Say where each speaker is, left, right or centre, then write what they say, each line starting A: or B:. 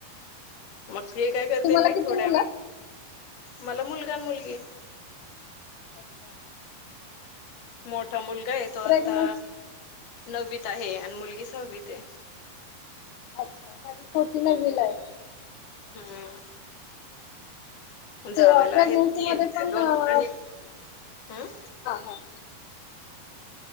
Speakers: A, on the left; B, on the left.
A: मग ते काय करते
B: तुम्हाला
A: मी
B: किती
A: थोड्या
B: मुलं?
A: वेळ मला, मुलगा आणि, मुलगी आहे.
B: अच्छा,
A: मोठा मुलगा आहे. तो आता
B: प्रेग्नेन्स
A: नववीत आहे, आणि मुलगी सहा्वीत आहे.
B: अच्छा, माझी छोटी नवीला आहे.
A: हम, जावला
B: ते प्रेग्नेन्सी
A: आहे तीन,
B: मध्ये
A: ती
B: पण
A: दोन
B: हा
A: मुलंआणि, हम्
B: हा